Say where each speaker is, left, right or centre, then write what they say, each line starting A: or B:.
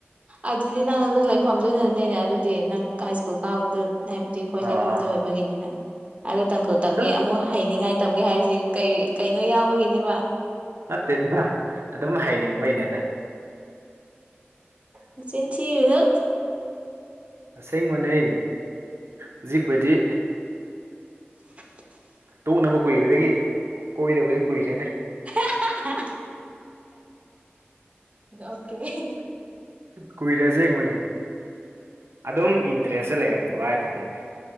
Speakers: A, on the right; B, on the right.
A: ꯑꯗꯨꯗꯤ ꯅꯪ ꯑꯗꯨꯏ ꯂꯩꯐꯝꯗꯨꯅꯅꯤꯅꯦ ꯑꯗꯨꯗꯤ ꯅꯪ ꯍꯥꯏꯁ꯭ꯀꯨꯜ ꯀꯥꯕꯗ ꯍꯥꯏꯕꯗꯤ ꯑꯩꯈꯣꯏ
B: ꯑꯣ
A: ꯂꯩꯐꯝꯗꯨꯗ ꯑꯣꯏꯕꯒꯤꯅꯤꯅ ꯑꯗꯨ ꯇꯥꯡꯈꯨꯜ ꯇꯝꯒꯦ
B: ꯑꯗꯨꯝ
A: ꯑꯃꯨꯛ ꯍꯩꯅꯤꯡꯉꯥꯏ ꯇꯝꯒꯦ ꯍꯥꯏꯔꯤꯁꯤ ꯀꯩ ꯀꯩꯅꯣ ꯌꯥꯎꯕꯒꯤꯅꯦꯕꯥ
B: ꯅꯠꯇꯦꯕ ꯑꯗꯨꯝ ꯍꯩꯅꯤꯡꯕꯩꯅꯦꯗ
A: ꯃꯆꯤꯟ ꯊꯤꯒꯅꯨ
B: ꯑꯁꯦꯡꯕꯥꯅꯦ ꯍꯧꯖꯤꯛꯄꯨꯗꯤ
A: <inaudible>
B: ꯇꯣꯛꯅꯕ ꯀꯨꯏꯕꯥꯗꯒꯤ ꯀꯣꯏꯗꯕꯁꯨ ꯀꯨꯏꯔꯦꯅꯦ
A: ꯍꯥ ꯍꯥ ꯅꯣꯛꯅꯤꯡꯉꯤ
B: ꯀꯨꯏꯔꯦ ꯑꯁꯦꯡꯕꯅꯤ ꯑꯗꯨꯝ ꯏꯟꯇ꯭ꯔꯦꯁ ꯂꯩꯔꯛ ꯔꯛꯇꯕ ꯍꯥꯏꯇꯥꯔꯦꯅꯦ